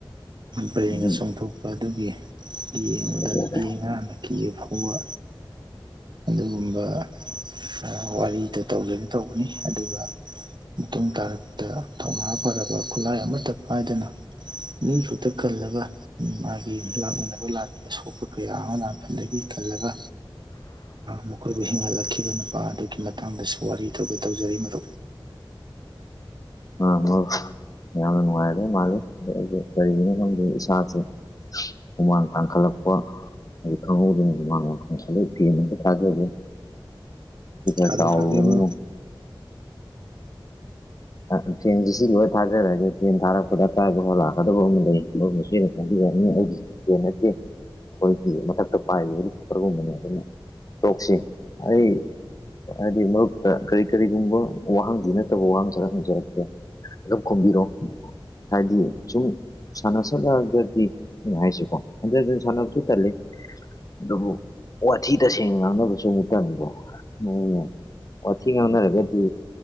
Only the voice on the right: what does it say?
ꯕ꯭ꯔꯦꯟꯒ
ꯆꯨꯝꯊꯣꯛꯎ ꯑꯗꯨꯒꯤ ꯌꯦꯡꯕꯗ
ꯅꯨꯄꯤ ꯑꯉꯥꯡꯅ ꯀꯤꯕ ꯐꯥꯎꯕ ꯑꯗꯨꯒꯨꯝꯕ ꯑ ꯋꯥꯔꯤꯗꯨ ꯇꯧꯖꯒꯦ ꯇꯧꯕꯅꯤ ꯑꯗꯨꯒ ꯃꯇꯨꯡ ꯇꯥꯔꯛꯇ ꯊꯧꯅꯥ ꯐꯔꯕ ꯈꯨꯠꯂꯥꯏ ꯑꯃꯠꯇ ꯄꯥꯏꯗꯅ ꯃꯤ ꯁꯨꯨꯠꯇ ꯀꯜꯂꯒ ꯃꯥꯒꯤ ꯂꯥꯛꯃꯤꯟꯅꯕ ꯂꯥꯟꯃꯤ ꯑꯁꯣꯛꯄ ꯀꯌꯥ ꯑꯃꯥ ꯂꯥꯟꯐꯝꯗꯒꯤ ꯀꯜꯂꯒ ꯃꯈꯣꯏꯕꯨ ꯍꯤꯡꯍꯜꯂꯛꯈꯤꯕ ꯅꯨꯄꯥ ꯑꯗꯨꯒꯤ ꯃꯇꯥꯡꯗꯁꯨ ꯋꯥꯔꯤ ꯇꯧꯒꯦ ꯇꯧꯖꯔꯤ ꯃꯔꯨꯞ
ꯊꯥꯕꯤꯌꯨ
ꯊꯥꯕꯤꯌꯨ ꯃꯔꯨꯞ